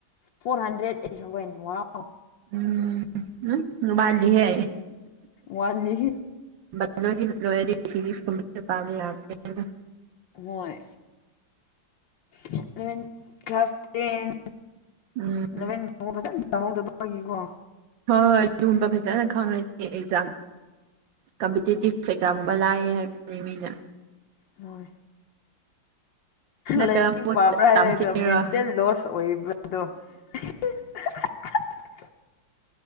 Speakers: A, on the left; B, on the right.
A: ꯐꯣꯔ ꯍꯟꯗ꯭ꯔꯦꯠ ꯑꯦꯠ ꯁꯚꯦꯟ ꯋꯥꯎ
B: ꯎꯝ ꯍꯝ ꯂꯨꯃꯥꯜꯂꯤꯍꯦ
A: ꯋꯥꯠꯂꯤ
B: ꯕꯥꯏꯂꯣꯖꯤ ꯂꯣꯏꯔꯗꯤ ꯐꯤꯖꯤꯛꯁ ꯀꯝꯄ꯭ꯨꯇꯔ ꯄꯥꯕ ꯌꯥꯕꯅꯤ
A: ꯍꯣꯏ ꯑꯦꯂꯕꯦꯟ ꯀ꯭ꯂꯥꯁ ꯇꯦꯟ
B: ꯎꯝ
A: ꯑꯂꯚꯦꯟꯕꯥꯎ ꯐꯖꯅ ꯆꯪꯍꯧꯗꯕꯒꯤꯀꯣ
B: ꯍꯣꯏ ꯍꯣꯏ ꯑꯗꯨꯒꯨꯝꯕ ꯐꯖꯅ ꯈꯪꯅꯗꯤ ꯑꯦꯛꯖꯥꯝ ꯀꯝꯄꯤꯇꯤꯇꯤꯞ ꯑꯦꯛꯖꯥꯝꯒ ꯂꯥꯛꯑꯦ ꯍꯥꯏꯕꯅꯤ ꯃꯤꯅ
A: ꯍꯣꯏ
B: ꯅꯠꯇ꯭ꯔꯒ
A: ꯂꯥꯏꯔꯤꯛ
B: ꯃꯨꯠ
A: ꯄꯥꯕ꯭ꯔꯥ ꯍꯥꯏꯔꯒ
B: ꯇꯝꯁꯤꯔꯣ
A: ꯃꯦꯟꯇꯦꯜ ꯂꯣꯁ ꯑꯣꯏꯕꯗꯣ ꯍꯥ ꯍꯥ ꯍꯥ ꯍꯥ ꯑꯍꯥ ꯑꯍꯥ